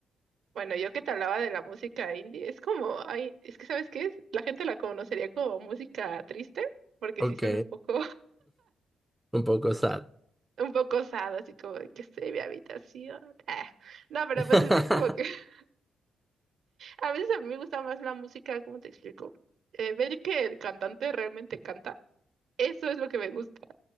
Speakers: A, on the right; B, in the centre.
A: Bueno, yo que te hablaba de la música indie, es como, ay, es que ¿sabes qué es? La gente la conocería como música triste, porque
B: Ok,
A: sí son un poco
B: un poco sad.
A: un poco osado, así como de que estoy en mi habitación. Ah, No, pero
B: <laughs>
A: pues es, es como que <laughs> a veces a mí me gusta más la música, ¿cómo te explico? Eh, ver que el cantante realmente canta, eso es lo que me gusta.